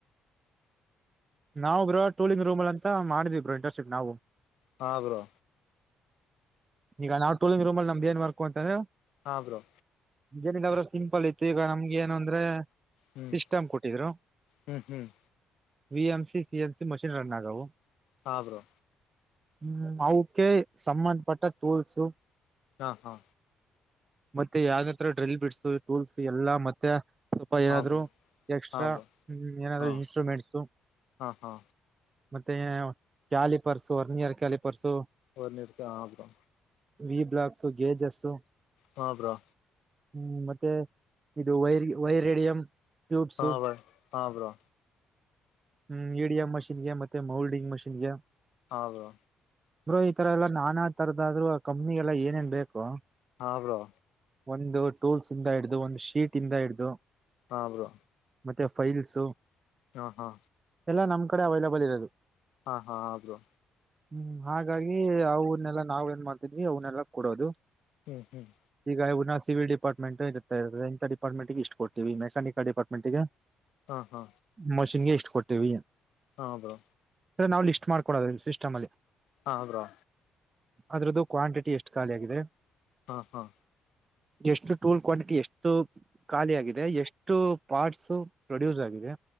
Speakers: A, on the right (about 30°); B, on the left (about 85°).
A: ನಾವು ಬ್ರೊ ಟೂಲಿಂಗ್ ರೂಮಲ್ ಅಂತ ಮಾಡಿದ್ವಿ ಬ್ರೋ ಇಂಟರ್ನ್ಶಿಪ್ ನಾವು.
B: ಹಾ ಬ್ರೋ
A: ಈಗ ನಾವು ಟೂಲಿಂಗ್ ರೂಮಲ್ ನಮ್ದೇನು ವರ್ಕು ಅಂತಂದ್ರೆ
B: ಹಾ ಬ್ರೋ
A: <unintelligible> ಸಿಂಪಲ್ ಐತ್ತು ಈಗ ನಮ್ಗೇನು ಅಂದ್ರೆ
B: ಹ್ಮ್
A: ಸಿಸ್ಟಮ್ ಕೊಟ್ಟಿದ್ರು
B: ಹ್ಮ್ ಹ್ಮ್
A: V M C C M C machine run ಆಗವು.
B: ಹಾ ಬ್ರೋ
A: ಹ್ಮ್ ಅವುಕ್ಕೆ ಸಂಬಂಧಪಟ್ಟ ಟೂಲ್ಸ್
B: ಹಾ ಹಾ
A: ಮತ್ತೆ ಯಾವ್ನ್ ಹತ್ರ ಡ್ರಿಲ್ ಬಿಟ್ಸ ಟೂಲ್ಸ್ ಎಲ್ಲಾ ಮತ್ತೆ ಏನಾದ್ರು
B: ಹಾ ಬ್ರೋ
A: ಎಕ್ಸ್ಟ್ರಾ
B: ಹಾ ಬ್ರೋ
A: ಹ್ಮ ಏನಾದ್ರು
B: ಹಾ
A: ಇನ್ಸ್ಟ್ರೂಮೆಂಟ್ಸು
B: ಹಾ
A: ಮತ್ತೆ ಯ ಕ್ಯಾಲಿ ಪರ್ಸು ಹರ್ನಿಯರ್ ಕ್ಯಾಲಿ ಪರ್ಸು
B: <unintelligible> ಹಾ ಬ್ರೊ
A: ವಿ ಬ್ಲಾಕ್ಸು ಗೇಜಸು
B: ಹಾ ಬ್ರೋ
A: ಹ್ಮ್ ಮತ್ತೆ ಇದು ವೈರ್ ವೈರ್ ರೇಡಿಯಂ ಟ್ಯೂಬ್ಸು.
B: ಹಾ ಬ್ರೋ ಹಾ ಬ್ರೋ
A: ಹ್ಮ್ ಇ ಡಿ ಎಂ ಮಷಿನ್ ಗೆ ಮತ್ತೆ ಮೋಲ್ಡಿಂಗ್ ಮಷಿನ್ ಗೆ
B: ಹಾ ಬ್ರೋ
A: ಬ್ರೋ ಈ ತರ ಎಲ್ಲಾ ನಾನಾ ತರದಾದ್ರು ಆ ಕಂಪನಿ ಎಲ್ಲ ಏನೇನ್ ಬೇಕು
B: ಹಾ ಬ್ರೋ
A: ಒಂದು ಟೂಲ್ಸ್ ಇಂದ ಹಿಡ್ದು ಒಂದು ಶೀಟ್ ಇಂದ ಹಿಡ್ದು
B: ಹಾ ಬ್ರೋ
A: ಮತ್ತೆ ಫೈಲ್ಸ್
B: ಆ ಹಾ
A: ಎಲ್ಲಾ ನಮ್ಮ್ ಕಡೆ ಅವೈಲೆಬಲ್ ಇರೋದು.
B: ಹಾ ಹಾ ಬ್ರೋ
A: ಹ್ಮ್ ಹಾಗಾಗಿ ಅವನ್ನೆಲ್ಲಾ ನಾವ್ ಏನ್ ಮಾಡ್ತಿದ್ವಿ ಅವ್ನೆಲ್ಲಾ ಕೊಡೋದು.
B: ಹ್ಮ್ ಹ್ಮ್
A: ಈಗ ಉನ ಸಿ ವಿ ಡಿಪಾರ್ಟ್ಮೆಂಟ್ ಇದುಕ್ಕೆ ಇದ್ ಏನ್ಟೈರ್ ಪಾರ್ಟ್ಮೆಂಟ್ಗೆ ಇಷ್ಟ್ ಕೊಡ್ತೀವಿ ಮೆಕಾನಿಕಲ್ ಡಿಪಾರ್ಟ್ಮೆಂಟ್ಗೆ
B: ಹಾ ಹಾ
A: ಮಷಿನ್ ಗೆ ಇಷ್ಟ್ ಕೊಟ್ಟೇವಿ.
B: ಹಾ ಬ್ರೋ
A: ಬ್ರೋ ನಾವು ಲಿಸ್ಟ್ ಮಾಡ್ಕೊಳ್ಳೋದದ್ ಸಿಸ್ಟಮಲ್ಲಿ
B: ಹಾ ಹಬ್ರೋ
A: ಅದ್ರುದ್ದು ಕ್ವಾಂಟಿಟಿ ಎಷ್ಟ್ ಖಾಲಿ ಆಗಿದೆ.
B: ಹಾ ಹ
A: ಎಷ್ಟು ಟೂಲ್ ಕ್ವಾಂಟಿಟಿ ಎಷ್ಟು ಖಾಲಿ ಆಗಿದೆ ಎಷ್ಟು ಪಾರ್ಟ್ಸ್ ಪ್ರೊಡ್ಯೂಸ್ ಆಗಿದೆ.